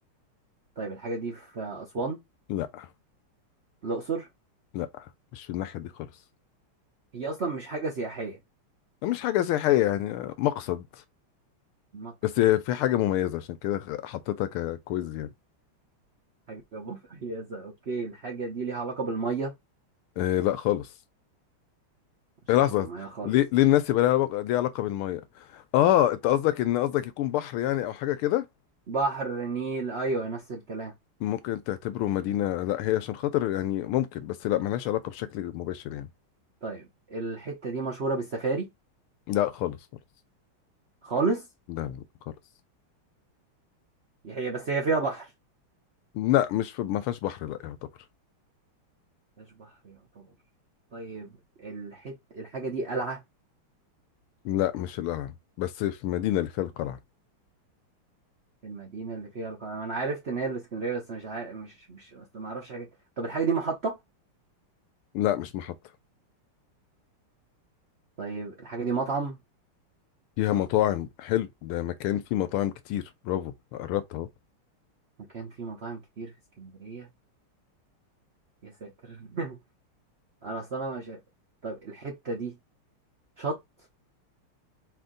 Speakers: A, on the right; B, on the left.
A: طيب الحاجة دي في آه، أسوان
B: لا
A: الأقصر
B: لا مش في الناحية دي خالص
A: هي أصلا مش حاجة سياحية
B: مش حاجة سياحية يعني مقصد
A: مقصد
B: بس في حاجة مميزة عشان كده حطيتها ككويز يعني
A: حاجة <laughs> مميزة أوكي الحاجة دي ليها علاقة بالمية
B: آه لا خالص
A: مش
B: آه، لحظة
A: علاقة بالمية خالص
B: ليه ليه الناس يبقى ليها علاقة ليها علاقة بالمية اه انت قصدك ان قصدك يكون بحر يعني او حاجة كده
A: بحر نيل أيوة نفس الكلام
B: ممكن تعتبره مدينة لا هي عشان خاطر يعني ممكن بس لا ملهاش علاقة بشكل مباشر يعني
A: طيب الحتة دي مشهورة بالسفاري
B: لا خالص خالص
A: خالص
B: لا لا، خالص
A: هي بس هي فيها بحر
B: لا مش في ما فيهاش بحر لا يعتبر
A: مش بحر يعتبر طيب الحت الحاجة دي قلعة
B: لا مش القلعة بس في مدينة اللي فيها القلعة
A: في المدينة اللي فيها القلعة أنا عرفت إن هي الإسكندرية بس مش عارف مش مش بس ما أعرفش حاجة طب الحاجة دي محطة
B: لا مش محطة
A: طيب الحاجة دي مطعم
B: فيها مطاعم حلو ده مكان فيه مطاعم كتير برافو قربت اهو
A: مكان فيه مطاعم كتير في إسكندرية يا ساتر <laughs> أنا أصلا أنا مش عارف. طب الحتة دي شط